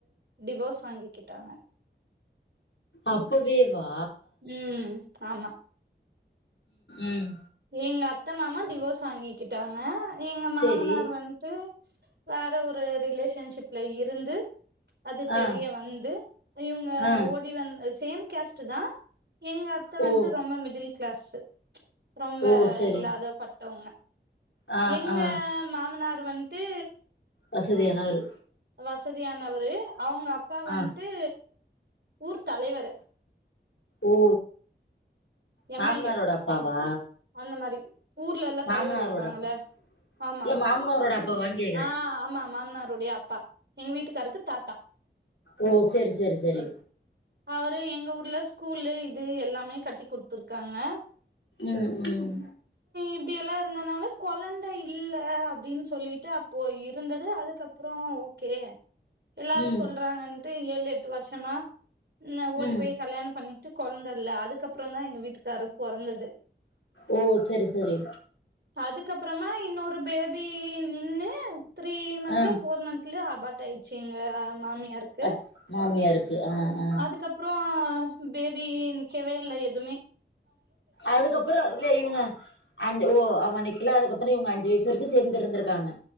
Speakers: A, on the right (about 65°); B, on the left (about 85°).
A: டிவோர்ஸ் வாங்கிக்கிட்டாங்க
B: அப்பவே வா
A: ம் ஆமா
B: ம்
A: எங்க அத்த மாமா டிவோஸ் வாங்கிக்கிட்டாங்க எங்க
B: சேரி
A: மாமனார் வந்துட்டு வேற ஒரு ரிலேஷன்ஷிப்ல இருந்து அது
B: ஆ
A: தெரிய வந்து இவங்க
B: ஆ
A: ஓடி வந்த சேம் கேஸ்ட் தா எங்க அத்த வந்துட்டு
B: ஓ
A: ரொம்ப மிடில் க்ளாஸ்சு ரொம்ப
B: ஓ சரி
A: இல்லாத பட்டவங்க
B: ஆ
A: எங்க
B: ஆ
A: மாமனார் வண்ட்டு
B: வசதியானவரு
A: வசதியானவரு அவங்க அப்பா வண்ட்டு
B: ஆ
A: ஊர் தலைவரு
B: ஓ
A: எம்எல்ஏ
B: மாமனாரோட அப்பாவா
A: அந்த மாதிரி ஊர்ல எல்லா
B: மாமனாரோட
A: தலைவர் இருப்பாங்கல்ல
B: அப்பா
A: ஆமா
B: இல்ல மாமனாரோட அப்பாவான்னு கேக்குறே
A: ஆ ஆமா மாமனாருடைய அப்பா எங்க வீட்டுக்காருக்கு தாத்தா
B: ஓ செரி செரி செரி
A: அவரு எங்க ஊர்ல ஸ்கூல்லு இது எல்லாமே கட்டி இருக்காங்க
B: ம் ம்
A: இப்படியெல்லாம் இருந்ததுனால குழந்தை இல்ல அப்படின்னு சொல்லிட்டு அப்போ இருந்தது அதுக்கப்புறம் ஓகே எல்லாரும்
B: ம்
A: சொல்றாங்கன்ட்டு ஏழு எட்டு வருஷமா ன்ன ஓடி
B: ம்
A: போய் கல்யாணம் பண்ணி குழந்த இல்ல அதுக்கப்புறம் தான் எங்க வீட்டுக்கார் பொறந்தது
B: ஓ சரி சரி
A: அதுக்கப்புறமா இன்னொரு பேபி நின்னு த்ரீ மந்த்தோ
B: ஆ
A: ஃபோர் மந்த்ல அபாட் த்யாடுச்சிங்க மாமி யாருக்கு
B: அத் மாமியாருக்கு ஆ ஆ
A: அதுக்கப்புறம் பேபி நிக்கவே இல்ல எதுவுமே
B: அதுக்கப்புறம் இல்ல இவங்க அஞ்சு ஓ ஆமா நிக்குல அதுக்கப்புறம் இவங்க அஞ்சு வயசு வரைக்கும் சேர்ந்து இருந்திருக்காங்க